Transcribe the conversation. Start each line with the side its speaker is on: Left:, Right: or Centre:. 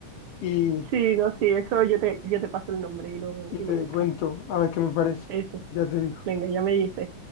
Left: y,
Right: sí, no, sí, eso yo te, yo te paso el nombre y lo,
Left: y
Right: y
Left: te
Right: lo buscas.
Left: cuento a ver qué me parece.
Right: Eso,
Left: Ya te digo.
Right: venga, ya me dices.